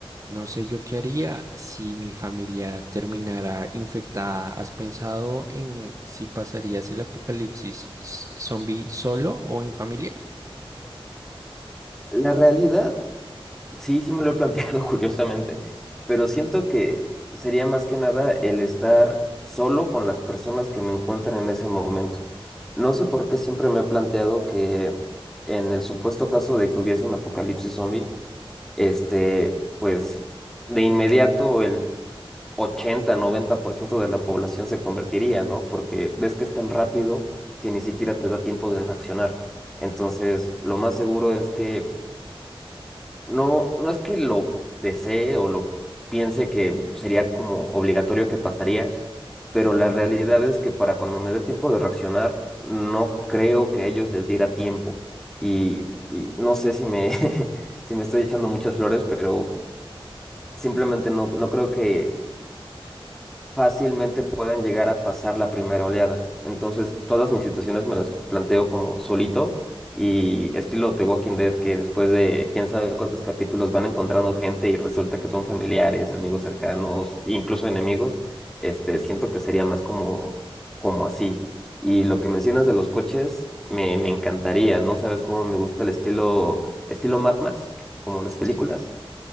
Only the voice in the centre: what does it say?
La realidad, sí, sí me lo he planteado <laughs> curiosamente, pero siento que sería más que nada el estar solo con las personas que me encuentran en ese momento. No sé por qué siempre me he planteado que en el supuesto caso de que hubiese un apocalipsis zombie, este, pues de inmediato el ochenta noventa por ciento de la población se convertiría, ¿no? Porque ves que es tan rápido que ni siquiera te da tiempo de reaccionar. Entonces, lo más seguro es que no, no es que lo desee o lo piense que sería como obligatorio que pasaría, pero la realidad es que para cuando me dé tiempo de reaccionar, no creo que a ellos les diera tiempo. Y, y no sé si me, <laughs> si me estoy echando muchas flores, pero simplemente no, no creo que fácilmente puedan llegar a pasar la primera oleada. Entonces, todas mis situaciones me las planteo como solito y estilo The Walking Dead, que después de quién sabe cuántos capítulos van encontrando gente y resulta que son familiares, amigos cercanos, incluso enemigos, este, siento que sería más como, como así. Y lo que mencionas de los coches, me, me encantaría. No sabes cómo me gusta el estilo, estilo Mad Max, como las
películas.